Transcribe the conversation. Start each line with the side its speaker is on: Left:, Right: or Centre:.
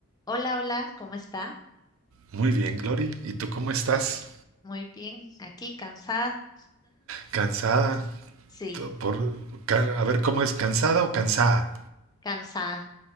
Left: Hola, hola, ¿cómo está?
Right: Muy bien, Glory. ¿Y tú cómo estás?
Left: Muy bien, aquí cansada.
Right: ¿Cansada?
Left: Sí,
Right: To- Por, ca- a ver, ¿cómo es? ¿Cansada o cansada?
Left: cansada.